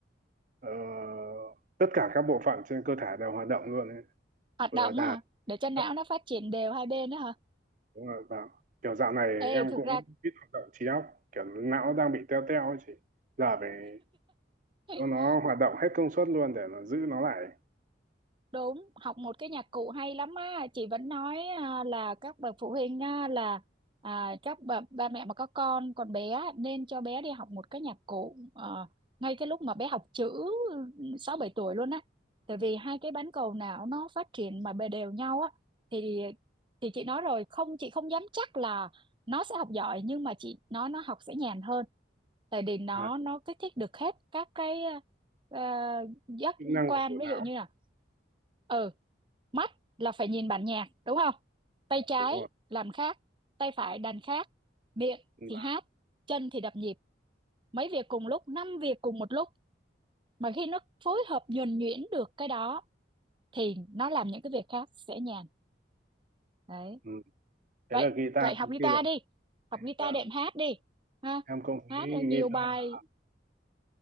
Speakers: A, on the right; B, on the right.
A: ờ, tất cả các bộ phận trên cơ thể đều hoạt động luôn ấy.
B: hoạt
A: vừa
B: động
A: đàn
B: á hả để cho não
A: hát
B: nó phát triển đều hai bên đó hả
A: đúng rồi và kiểu dạo này
B: ê
A: em
B: thực
A: cũng
B: ra
A: ít hoạt động trí óc kiểu não đang bị teo teo ấy chị giờ phải
B: <laughs>
A: cho nó hoạt động hết công suất luôn để nó giữ nó lại
B: Đúng, học một cái nhạc cụ hay lắm á, chị vẫn nói à, là các bậc phụ huynh á, là à, các bậc ba mẹ mà có con còn bé á, nên cho bé đi học một cái nhạc cụ ờ, ngay cái lúc mà bé học chữ 6 7 tuổi luôn á. Tại vì hai cái bán cầu não nó phát triển mà bề đều nhau á thì thì chị nói rồi, không chị không dám chắc là nó sẽ học giỏi nhưng mà chị nói nó học sẽ nhàn hơn tại vì nó
A: à,
B: nó kích thích được hết các cái ờ, giác
A: chức năng
B: quan
A: của bộ
B: ví
A: não
B: dụ như là ừ mắt là phải nhìn bản nhạc đúng không tay trái
A: đúng rồi
B: làm khác tay phải đàn khác miệng
A: và
B: thì hát chân thì đập nhịp mấy việc cùng lúc năm việc cùng một lúc mà khi nó phối hợp nhuần nhuyễn được cái đó thì nó làm những cái việc khác sẽ nhàn đấy
A: ừ. thế
B: vậy
A: là guitar
B: vậy học guitar
A: khi là
B: đi học guitar
A: là
B: đệm hát đi ha
A: em không
B: hát
A: thấy
B: nhiều
A: guitar
B: bài
A: là